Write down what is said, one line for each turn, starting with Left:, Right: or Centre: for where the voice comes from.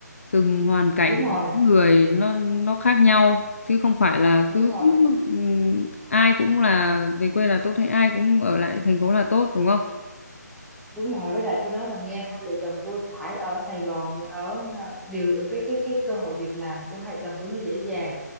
Left: từng hoàn cảnh
Centre: đúng rồi
Left: của mỗi người nó nó khác nhau chứ không phải là
Centre: đúng
Left: cứ
Centre: rồi
Left: ừm, ai cũng là về quê là tốt hay ai cũng ở lại thành phố là tốt đúng không?
Centre: đúng rồi với lại tôi nói bà nghe hai vợ chồng tôi phải ở Sài Gòn thì ở ha, điều ở cái cái cái cơ hội việc làm của hai vợ chồng tôi nó dễ dàng